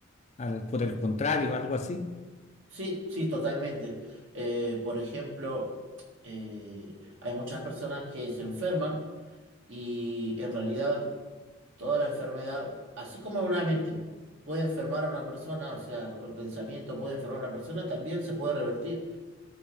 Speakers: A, on the left; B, on the right.
A: al- por el contrario, algo así.
B: sí, sí, totalmente. Eh, por ejemplo, eh, hay muchas personas que se enferman y en realidad Toda la enfermedad, así como una mente puede enfermar a una persona, o sea, o el pensamiento puede enfermar a una persona, también se puede revertir.